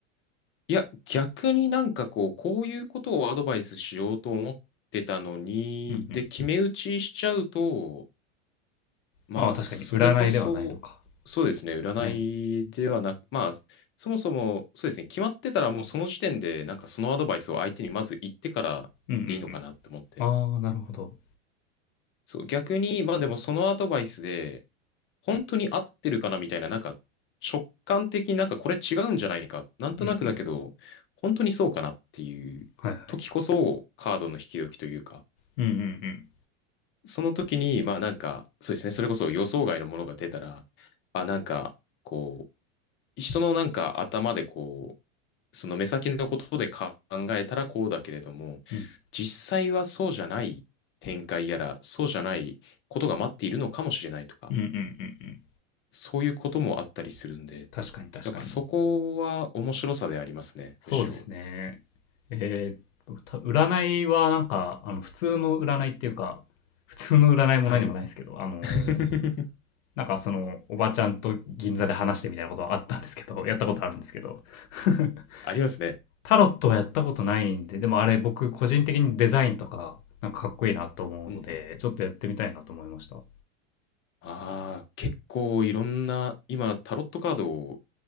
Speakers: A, on the left (about 30°); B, on the left (about 75°).
A: いや、逆になんかこう、こういうことをアドバイスしようと思ってたのに、
B: うんうん。
A: で、決め打ちしちゃうと、まあ、
B: ああ、確かに占いではないのか。
A: それこそ、そうですね、占いではなく、
B: はい。
A: まあ、そもそも、そうですね、決まってたらもうその時点で、なんかそのアドバイスを相手にまず言ってからでいいのかなって思って。
B: うんうんうん。ああ、なるほど。
A: そう、逆に、まあでもそのアドバイスで、本当に合ってるかなみたいな、なんか直感的になんかこれ違うんじゃないか、なんとなくだけど、
B: うんうん。
A: 本当にそうかなっていう時こそカードの引き時というか、
B: はいはい。うんうんうん。
A: その時に、まあなんか、そうですね、それこそ予想外のものが出たら、あ、なんか、こう、人のなんか頭でこその目先のことで考えたらこうだけれども、
B: うん
A: 実際はそうじゃない展開やら、そうじゃないことが待っているのかもしれないとか、
B: うんうんうん。
A: そういうこともあったりするんで、
B: 確かに確かに。
A: やっぱそこは面白さでありますね、
B: そうですね。
A: むしろ。
B: えーっと、た占いはなんか、あの、普通の占いっていうか、普通の占いも何もないですけど、
A: はい。
B: あのー
A: <laughs>
B: なんかそのおばちゃんと銀座で話してみたいなことはあったんですけど <laughs> やったことあるんですけど <laughs>
A: ありますね。
B: タロットはやったことないんででもあれ僕個人的にデザインとかなんかかっこいいなと思うのでちょっとやってみたいなと思いました
A: うんうん。ああ、結構いろんな、今タロットカード